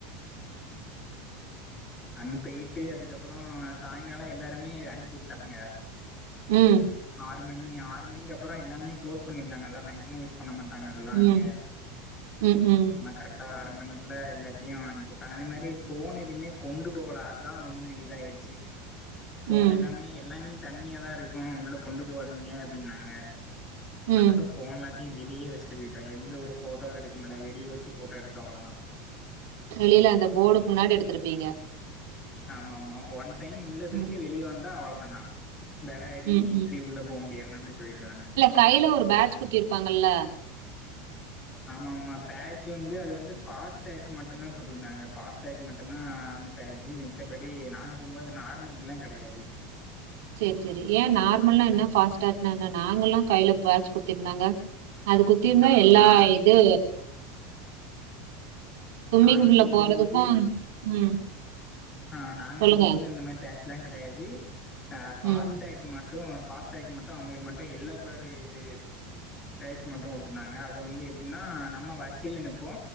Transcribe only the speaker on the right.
ம்
ம் ம் ம்
ம்
ம்
வெளியில அந்த போடுக்கு முன்னாடி எடுத்திருப்பீங்க
ம்
ம்
கையில ஒரு பேட்ச் குத்திருப்பாங்கல்ல
சேரி சேரி ஏன நார்மல்னா என்ன ஃபாஸ்ட்டாகுனா என்ன நாங்கல்லா கையில பேச் குத்திருந்தாங்க அது குத்தி இருந்தா
எல்லா
இது ஸ்விம்மிங்
பூல்ல
போறதுக்கு ம்
சொல்லுங்க
ம்